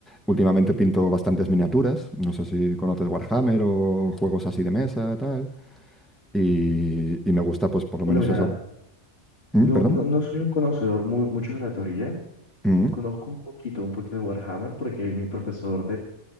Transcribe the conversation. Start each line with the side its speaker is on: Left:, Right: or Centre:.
Centre: últimamente pinto bastantes miniaturas. No sé si conoces Warhammer o juegos así de mesa, tal. y, y me gusta, pues, por lo menos
Left: Bueno, mira,
Centre: eso. Mm,
Left: no,
Centre: ¿Perdón?
Left: no, no soy un conocedor muy, mucho de la teoría.
Centre: Mm,
Left: Conozco un poquito, un poquito de Warhammer porque mi profesor